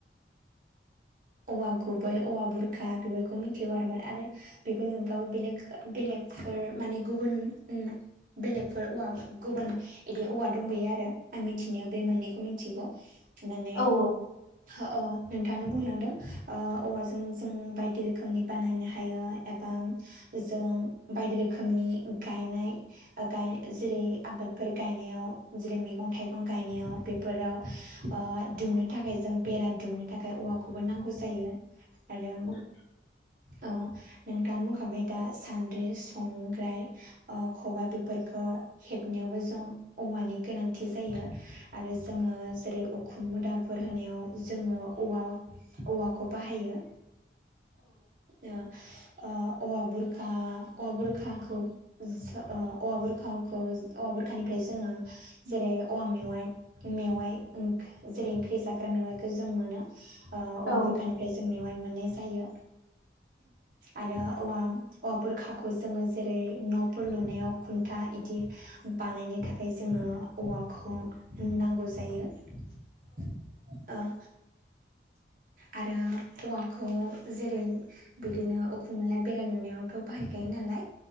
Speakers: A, on the right; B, on the left.
A: औवा गुबै औवा बुरखा बेफोरखौ मिथिगौ आरोना आरो बेफोरनि अनगायैबो बेलेग बेलेगफोर माने गुबुन बेलेगफोर औवा गुबुन बिदि औवा दंबोयो आरो आं मिथिनायाव बे मोननैखौ मिथिगौ। माने
B: औ
A: औ नोंथाङानो बुंलांदों। औवाजों जों बायदि रोखोमनि बानायनो हायो एबा जों बायदि रोखोमनि गायनाय जेरै आबादफोर गायनायाव जेरै मैगं थाइगं गायनायाव बेफोराव ओ दुमनो थाखाय जों बेरा दुमनो थाखाय औवाखौबो नांगौ जायो आरो
B: <inaudible>
A: औ नोंथाङानो बुंखाबाय दा सान्द्रि संग्राय खबाय बेफोरखौ हेबनायावबो जों औवानि गोनांथि जायो आरो जोङो जेरै उखुम मुदाफोर होनायाव जोङो औवा औवाखौ बाहायो ओ औवा बुरखा औवा बुरखाखौ औवा बुरखाखौ औवा बुरखानिफ्राय जोङो जेरै औवा मेवाइ मेवाइ जेरै ओंख्रि जाग्रा मेवाइखौ जों मोनो। औवा
B: औ
A: बोरखानिफ्राय जों मेवाय मोननाय जायो। आरो औवा औवा बोरखाखौ जोङो जेरै न'फोर लुनायाव खुन्था इदि बानायनो थाखाय जोङो औवाखौ नांगौ जायो। जायो। आरो औवाखौ जेरै बिदिनो उखुमो बेरा लुनायावथ' बाहायखायो नालाय